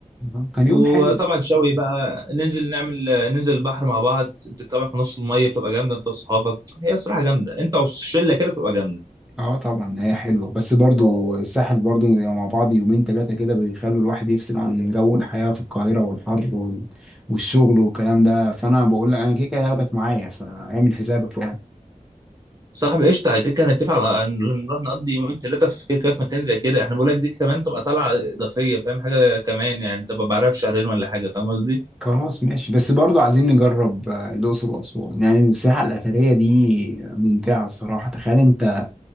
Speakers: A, in the centre; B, on the right.
A: آه، كان
B: وطبعا
A: يوم حلو
B: شوي بقى ننزل نعمل ننزل البحر مع بعض انت طبعا في نص الميه بتبقى جامده انت واصحابك هي الصراحه جامده انت والشله كده بتبقى جامده
A: اه طبعا هي حلوه بس برضو الساحل برضو بيبقى مع بعض يومين ثلاثه كده بيخلوا الواحد يفصل عن جو الحياه في القاهره والحر وال- والشغل والكلام ده فانا بقول لك انا كده كده هاخدك معايا فاعمل حسابك يعني
B: صاحبي قشطه كده كده هنتفق على ان نروح نقضي يومين ثلاثه في كده كده في مكان زي كده احنا بقول لك دي كمان تبقى طالعه اضافيه فاهم حاجه كمان يعني تبقى بعدها بشهرين ولا حاجه فاهم قصدي
A: خلاص ماشي بس برضو عايزين نجرب آه، الاقصر واسوان يعني الساحه الاثريه دي ممتعه الصراحه تخيل انت